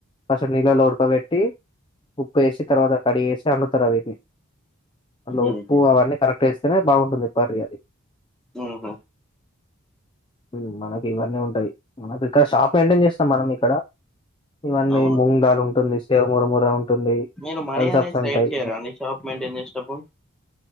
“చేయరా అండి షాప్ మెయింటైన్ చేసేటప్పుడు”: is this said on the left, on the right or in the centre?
Centre